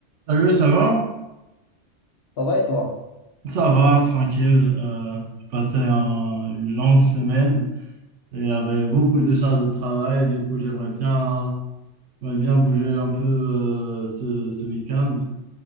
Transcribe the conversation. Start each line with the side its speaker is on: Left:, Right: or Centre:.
Right: Salut, ça va?
Left: Ça va et toi?
Right: Ça va, tranquille. Euh, je passais un- une longue semaine et avec beaucoup de charges de travail. Du coup, j'aimerais bien, j'aimerais bien bouger un peu euh, ce, ce week-end.